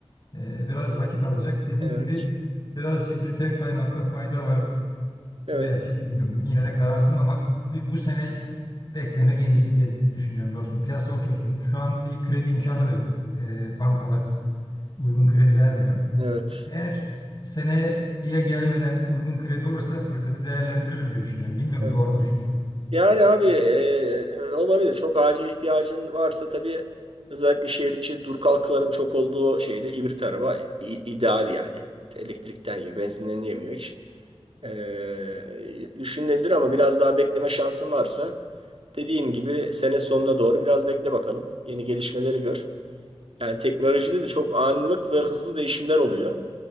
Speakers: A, on the left; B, on the right.
A: e, biraz vakit alacak. Dediğin
B: evet,
A: gibi biraz hibrite kaymakta fayda var
B: evet,
A: belki bilmiyorum. Yine de kararsızım ama bir bu sene beklemek en iyisi diye düşünüyorum dostum. Piyasa otursun. Şu an bir kredi imkanı da yok. E, bankalar uygun kredi vermiyor.
B: evet.
A: Eğer seneye gelmeden uygun kredi olursa fırsatı değerlendiririm diye düşünüyorum. Bilmiyorum
B: Evet.
A: doğru mu düşünüyorum.
B: Yani abi e, olabilir. Çok acil ihtiyacın varsa tabii özellikle şehir içi dur kalkların çok olduğu şeyde hibrit araba i- ideal yani. Elektrikten yiyor, benzinden yemiyor hiç. E, düşünülebilir ama biraz daha bekleme şansın varsa dediğim gibi sene sonuna doğru biraz bekle bakalım. Yeni gelişmeleri gör. Yani teknolojide de çok anlık ve hızlı değişimler oluyor.